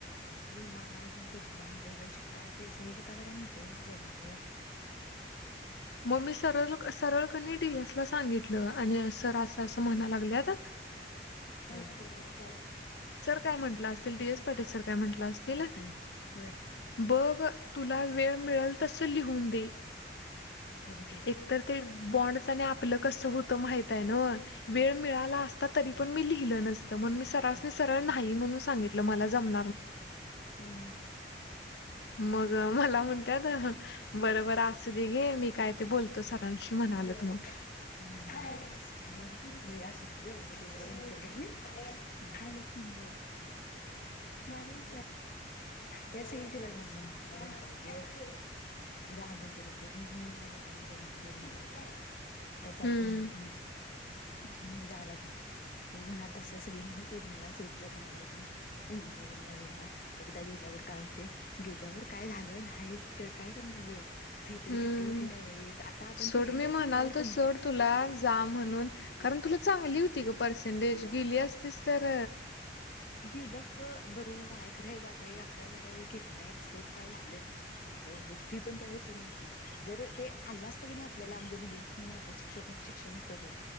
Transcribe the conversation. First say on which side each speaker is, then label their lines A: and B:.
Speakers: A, on the left; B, on the left.
A: हे म आमाला दिल ते थोडा. आमच्या ह्यावर शिक्का ते अ सही शिक्का कराय नव्हते जर्नल वर.
B: म मी सरळ-सरळ कनी. टी. एस ला सांगितलं आणि सर अस-अस म्हणाय लागल्यात आता.
A: ह चौपस्कार. <unintelligible>
B: काय म्हंटलं असतील डी. एस. पाटील सर काय म्हटलं असतील
A: हा होय
B: बघ. तुला वेळ मिळल तसं लिहून दे.
A: हा तरी.
B: एकतर ते बॉनडच आणि आपलं कस होतं माहितय नव्हं. वेळ मिळाला असता तरी पण लिह- नत मी स
A: मस्त
B: सरळ नाही म्हणून सांगित मला जम
A: हा हा.
B: मग मला म्ह त्यात बरोबर असुदे घे मी काय ते बोलतो सरांशी. म्हणालत
A: म
B: मग.
A: असल मग त्याच्यानंतर झाले की मग बारावी. त्या सी इ टी ला चांगल मार्क पडून काय उपयोग पुढं आलं तर उपयोग म्हणून मी काय कराय नाही बाई इंजिनिअरिंग. त्यात जायचं
B: हम्म
A: नव्हतं मला जायलाच नाही. म्हणाल त सगळी म्हण येला सिटीला चांगला य इंजिनिअरिंग ला घे जा एकदा गे ल्यावर काय होतय गेल्यावर काय झालं नाहीच तर काय करणार ग फी तर
B: हम्म
A: किती होती त्यावेळेस आता आपण.
B: सोड
A: सेकंड
B: मी
A: इयरला
B: म्हणालतो
A: आल्यावर कमी
B: च सोड तुला जा म्हणून कारण तुला चांगली होतीग पर्सेंटेज गेली असतीस तर.
A: गेलो असतो बरोबर आहे खर हे आत्ता आकरावी बारावी केली नाही तसंच काय झालं. उगाच फी पण त्यावेळेस होती जर ते आलं असतं की नाही आपल्याला म्हणजे मुलींनी म आपण शिक्ष शिक्षण होतं बघ